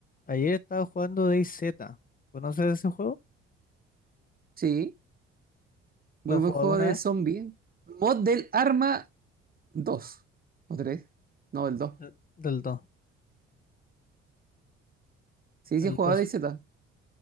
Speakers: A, on the left; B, on the right.
A: Ayer estaba jugando DayZ. ¿Conoces ese juego?
B: Sí, muy
A: ¿Lo
B: buen
A: jugó
B: juego
A: alguna
B: de
A: vez?
B: zombie. Mod del Arma dos, o 3? No, el 2.
A: Del del dos,
B: Sí, sí,
A: El
B: he jugado
A: 2.
B: de Z.